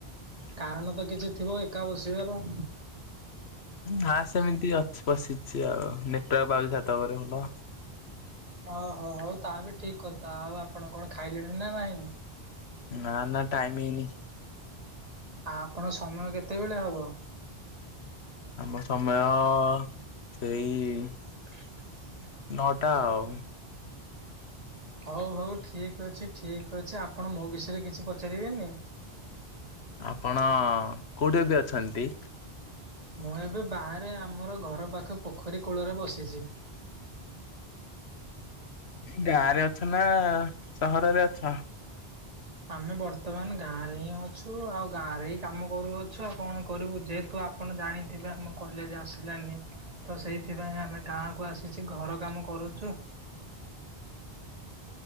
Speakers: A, on the right; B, on the left.
A: କାରଣ ତ କିଛି ଥିବ ଏକା ବସିବାର?
B: ହଁ ସେମିତି ଅଛି ବସିଛି ଆଉ ନେଟୱର୍କ ପାଉଛି ଛାତ ଉପରେ ଆଉ।
A: ଓହୋ ହଉ ତା ବି ଠିକ କଥା ଆଉ ଆପଣ କଣ ଖାଇଲେଣି ନା ନାହିଁ?
B: ନା ନା ଟାଇମ ହେଇନି।
A: ଆଉ ଆପଣଙ୍କ ସମୟ କେତେବେଳେ ହବ?
B: ଆମ ସମୟ ସେଇ
A: <unintelligible>
B: ନଅଟା ଆଉ।
A: ହଉ ହଉ ଠିକ୍ ଅଛି ଠିକ୍ ଅଛି ଆପଣ ମୋ ବିଷୟରେ କିଛି ପଚାରିବେନି?
B: ଆପଣ କୋଉଠି ଏବେ ଅଛନ୍ତି?
A: ମୁଁ ଏବେ ବାହାରେ ଆମର ଘର ପାଖ ପୋଖରୀ କୂଳରେ ବସିଛି।
B: ଗାଁରେ ଅଛ ନା ସହରରେ ଅଛ?
A: ଆମେ ବର୍ତ୍ତମାନ ଗାଁରେ ହିଁ ଅଛୁ ଆଉ ଗାଁରେ ହିଁ କାମ କରୁଅଛୁ ଆଉ କଣ କରିବୁ ଯେହେତୁ ଆପଣ ଜାଣିଥିବେ ଆମ କଲେଜ ଆସିଲାନି। ତ ସେଇଥିପାଇଁ ଆମେ ଗାଁକୁ ଆସିଛି ଘର କାମ କରୁଛୁ।